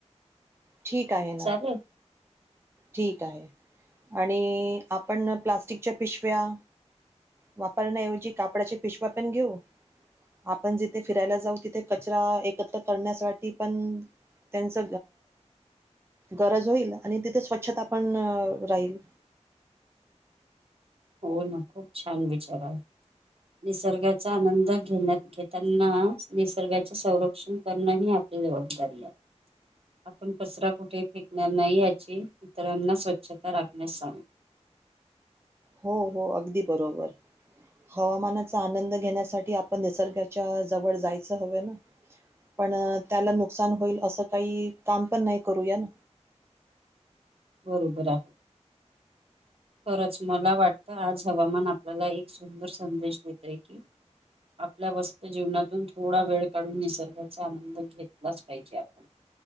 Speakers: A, on the right; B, on the right.
A: ठीक आहे ना!
B: चालेल
A: ठीक आहे आणि आपण प्लास्टिकच्या पिशव्या वापरण्याऐवजी कापडाच्या पिशवा पण घेऊ. आपण जिथे फिरायला जाऊ तिथे कचरा एकत्र करण्यासाठी पण त्यांच गरज होईल आणि तिथे स्वच्छता पण राहील.
B: हो ना खूप छान विचार आहे. निसर्गाचा आनंद घेण्यात घेताना निसर्गाचे संरक्षण करण ही आप ली जबाबदारी आहे. आपण कचरा कुठे फेकणार नाही याची, इतरांना स्वच्छता राखण्यास सांगू.
A: हो हो अगदी बरोबर. हवामानाचा आनंद घेण्यासाठी आपण निसर्गाच्या जवळ जायचं हवं ना. पण त्याला नुकसान होईल असं काही काम पण नाही करूया ना.
B: बरोबर आहे. खरंच मला वाटतं आज हवामान आपल्याला एक सुंदर संदेश देतय की. आपल्या वस्त जीवनातून थोडा वेळ काढून निसर्गाचा आनंद घेतलाच पाहिजे आपण.